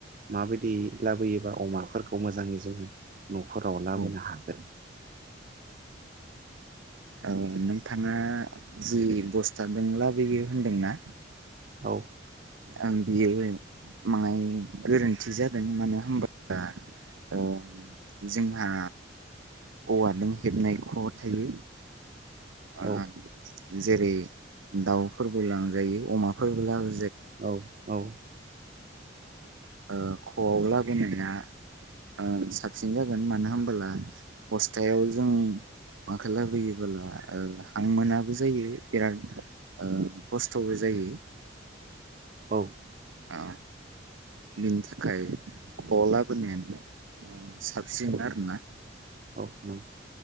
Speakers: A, on the right (about 45°); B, on the right (about 80°).
A: माबायदि लाबोयोबा अमाफोरखौ मोजाङै जोङो न' फोराव लाबोनो
B: औ
A: हागोन।
B: औ नोंथाङा जि बस्थादों लाबोयो होनदोंना?
A: औ
B: आं बियो माहाय गोरोन्थि जादों मानो होनबा ओ जोंहा औवाजों हेबनाय ख' थायो। आ
A: औ
B: जेरै दाउफोरबो लांजायो अमाफोरबो लाबो
A: औ औ
B: ओ ख' आव लाबोनाया ओ साबसिन जागोन मानो होमबोला बस्थायाव जों अमाखौ लाबोयोबोला हां मोनाबो जायो बिराद खस्थबो जायो।
A: औ
B: औ बिनि थाखाय ख'लाबोनायानो साबसिन
A: औ
B: आरोना।
A: औ नंगौ